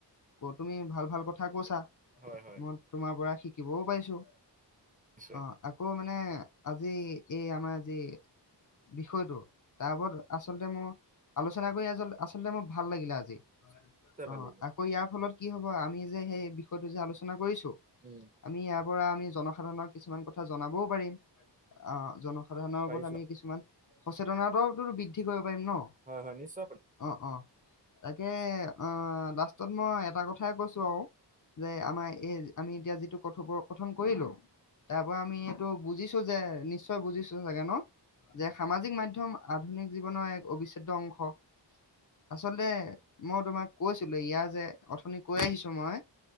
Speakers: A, on the left (about 45°); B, on the right (about 20°).
A: ক তুমি ভাল ভাল কথা। কথা কছা
B: হয়, হয়,
A: মই তোমাৰ পৰা শী। থাকিবও পাইছো।
B: নিশ্চয়।
A: অ আকৌ মানে আজি এই আমাৰ যি। বিষয়টো তাৰ ওপৰত আচলতে মোৰ। আলোচনা কৰি আ আচলতে। ভাল লাগিলে আজি।
B: নিশ্চয়
A: অঁ
B: ভাল লাগিলে
A: আকৌ ইয়াৰ ফলত কি হব আমি। যে সেই, যে আলোচনা কৰিছোঁ
B: উম,
A: আমি ইয়াৰ পৰা আমি জনসাধাৰণক। কিছুমান কথা জনাবও পাৰিম আহ জন। সাধাৰণৰ
B: পাৰিছো
A: ওপৰত আমি কিছুমান। সচেতনতাও টো তো বৃদ্ধি কৰিব পাৰিম ন।
B: হয়, নিশ্চয় পাৰিম।
A: অ অ তাকে অঁ লাষ্টত মই এটা কথাই কৈছো। চ আমাৰ এই আমি এতিয়া যিটো কথোপ কথন কৰিলো তাৰ পৰা আমি এইটো বুজিছো যে, নিশ্চয় বুজিছো চাগে ন! যে সামাজিক মাধ্যম। আধুনিক জীৱনৰ এক অবিচ্ছেদ্য অংশ। হয়। আচলতে মই তোমাক, কৈছিলো ইয়াৰ যে অথনি কৈ আহিছো মই,